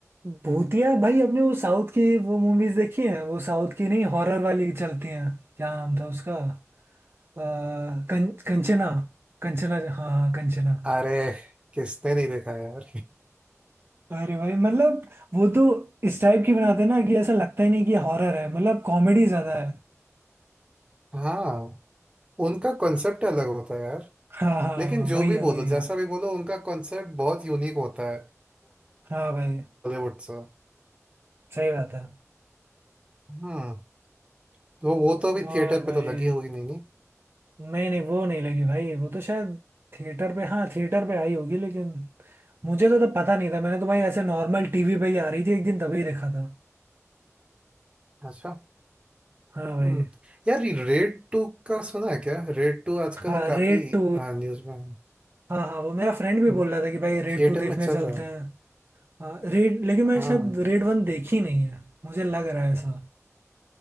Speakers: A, on the right; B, on the right.
A: भूतिया भाई आपने वो साउथ की वो मूवीज देखी हैं वो साउथ की नहीं हॉरर वाली चलती हैं क्या नाम था उसका आ, कं, कंचना कंचना हाँ हाँ कंचना
B: अरे किसने नहीं देखा यार
A: अरे भाई मतलब वो तो इस टाइप की बनाते हैं ना कि ऐसा लगता ही नहीं कि हॉरर है मतलब कॉमेडी ज्यादा है
B: <laughs> हाँ उनका कॉन्सेप्ट अलग होता है
A: हाँ हाँ
B: लेकिन जो
A: वही
B: भी
A: है
B: बोलो
A: वही है
B: जैसा भी बोलो उनका कॉन्सेप्ट बहुत यूनिक होता है
A: हाँ भाई
B: बॉलीवुड से
A: सही बात है
B: हम्म तो वो तो अभी
A: और
B: थिएटर पे
A: भाई
B: तो लगी होगी नहीं नहीं
A: नहीं नहीं वो नहीं लगी भाई वो तो शायद थिएटर पे हाँ थिएटर पे आई होगी लेकिन मुझे तो तब पता नहीं था मैंने तो भाई ऐसे नॉर्मल टीवी पे ही आ रही थी एक दिन तभी देखा था
B: अच्छा
A: हाँ भाई
B: हम्म यार रेड टू का सुना है क्या रेड टू आजकल
A: हाँ
B: काफी
A: रेड टू
B: न्यूज में
A: हाँ हाँ वो मेरा फ्रेंड भी बोल
B: है
A: रहा था कि भाई रेड
B: थिएटर
A: टू देखने
B: में चल
A: चलते
B: रहा है
A: हैं हाँ रेड लेकिन मैंने
B: हाँ
A: शायद रेड वन देखी नहीं है मुझे लग रहा है ऐसा